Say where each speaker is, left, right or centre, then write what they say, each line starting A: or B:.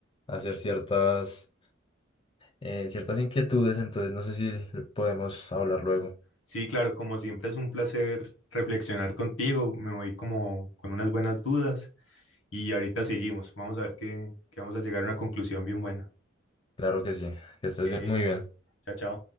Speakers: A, on the left; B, on the left.
A: hacer ciertas, eh, ciertas inquietudes, entonces no sé si podemos hablar luego.
B: Sí, claro, como siempre es un placer reflexionar contigo, me voy como con unas buenas dudas y ahorita seguimos, vamos a ver que, que vamos a llegar a una conclusión bien buena.
A: Claro que sí, que estés
B: Ok,
A: bien- muy bien.
B: chao, chao.